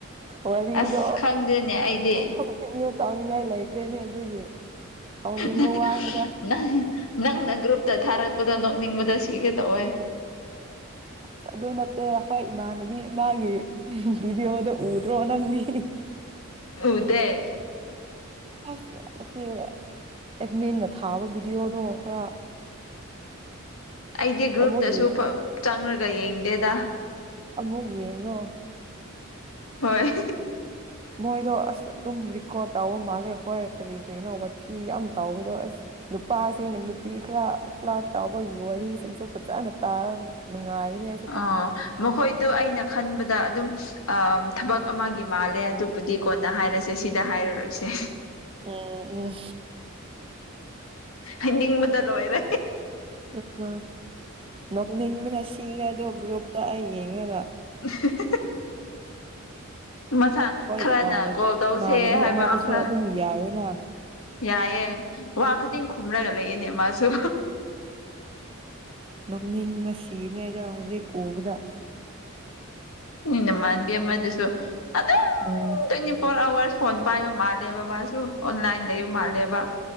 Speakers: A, on the right (about 25°); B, on the left (about 80°).
A: ꯋꯥꯔꯤꯗꯣ
B: ꯑꯁ ꯈꯪꯗꯦꯅꯦ ꯑꯩꯗꯤ
A: ꯀꯟꯇꯤꯅ꯭ꯌꯨ ꯇꯥꯎꯅꯤꯡꯉꯥꯏ ꯂꯩꯇ꯭ꯔꯦꯅꯦ ꯑꯗꯨꯒꯤ ꯁꯥꯎꯅꯤꯡꯕ
B: ꯅꯪ
A: ꯋꯥꯅꯤꯗ
B: ꯅꯪ ꯅꯪꯅ ꯒ꯭ꯔꯨꯞꯇ ꯊꯥꯔꯛꯄꯗꯣ ꯅꯣꯛꯅꯤꯡꯕꯗ ꯁꯤꯒꯦ ꯇꯧꯋꯦ
A: ꯑꯁ ꯑꯗꯨꯅ ꯇ‌ꯦꯌꯥꯁꯥꯏ ꯏꯃꯥꯟꯅꯕꯤ ꯃꯥꯒꯤ ꯚꯤꯗꯤꯑꯣꯗ‌ꯣ ꯎꯗ꯭ꯔꯣ ꯅꯪꯗꯤ
B: ꯎꯗꯦ
A: ꯑꯩꯁꯨ ꯑꯁꯤ ꯑꯦꯠꯃꯤꯟꯅ ꯊꯥꯕ ꯚꯤꯗꯤꯑꯣꯗꯣ ꯈꯔ
B: ꯑꯩꯗꯤ ꯒ꯭ꯔꯨꯞꯇꯁꯨ
A: ꯑꯃꯨꯛ ꯌꯦꯡ
B: ꯐ ꯆꯪꯔꯒ ꯌꯦꯡꯗꯦꯗꯥ
A: ꯑꯃꯨ ꯌꯦꯡꯉꯣ
B: ꯍꯣꯏ
A: ꯃꯣꯏꯗꯣ ꯑꯁ ꯑꯗꯨꯝ ꯔꯦꯀꯣꯔꯠ ꯇꯥꯎꯕ ꯃꯥꯜꯂꯦ ꯈ‌ꯣꯏ ꯀꯔꯤ ꯀꯔꯤꯅꯣ ꯋꯥꯊꯤ ꯌꯥꯝ ꯇꯥꯎꯕꯗꯣ ꯑꯁ ꯅꯨꯄꯥꯁꯤꯡꯒ ꯅꯨꯄꯤ ꯈꯔ ꯐ꯭ꯂꯠ ꯇꯥꯎꯕꯒꯤ ꯋꯥꯔꯤꯁꯤꯡꯁꯨ ꯐꯖꯅ ꯇꯥꯔꯝ <unintelligible> ꯅꯨꯡꯒꯥꯏꯒꯅꯤ ꯑꯩ
B: ꯑꯣ ꯃꯈꯣꯏꯗꯨ ꯑꯩꯅ ꯈꯟꯕꯗ ꯑꯗꯨꯝ ꯑꯝ ꯊꯕꯛ ꯑꯃꯒꯤ ꯃꯥꯜꯂꯦ ꯑꯗꯨꯕꯨꯗꯤ ꯀꯣꯟꯅ ꯍꯥꯏꯔꯁꯦ ꯁꯤꯗ ꯍꯥꯏꯔꯔꯣꯏꯁꯦ
A: ꯎꯝ ꯎꯝ
B: ꯍꯥꯏꯅꯤꯡꯕꯗ ꯂꯣꯏꯔꯦ
A: ꯎꯝ ꯅꯣꯛꯅꯤꯡꯕꯅ ꯁꯤꯈ꯭ꯔꯦ ꯑꯗꯣ ꯒ꯭ꯔꯨꯞꯇ ꯑꯩ ꯌꯦꯡꯔꯒ
B: <unintelligible> ꯃꯁꯥ
A: ꯍꯣꯏ
B: ꯈꯔꯅ
A: ꯏꯃꯥꯟꯅ
B: ꯀꯣꯜ ꯇꯧꯁꯦ
A: ꯏꯃꯥꯟꯅꯕꯤ
B: ꯍꯥꯏꯕ
A: ꯑꯃꯗꯁꯨ
B: ꯈꯔ
A: ꯑꯗꯨꯝ ꯌꯥꯏꯌꯦꯅ
B: ꯌꯥꯏꯌꯦ ꯋꯥ ꯈꯨꯗꯤꯡ ꯈꯨꯝꯔꯒ ꯂꯩꯌꯦꯅꯦ ꯃꯥꯁꯨ
A: ꯅ‌ꯣꯛꯅꯤꯡꯕꯅ ꯁꯤꯕꯅ‌‌ꯦ ꯗ‌ꯣ ꯍꯧꯖꯤꯛ ꯎꯕꯗ
B: ꯅ‌ꯣꯏ ꯅꯃꯥꯟꯅꯕꯤ ꯑꯃꯗꯨꯁꯨ ꯑꯗꯨꯝ
A: um
B: twenty four hours phone ꯄꯥꯏꯕ ꯃꯥꯜꯂꯦꯕ ꯃꯥꯁꯨ ꯑꯣꯟꯂꯥꯏꯟ ꯂꯩꯕ ꯃꯥꯜꯂꯦꯕꯥ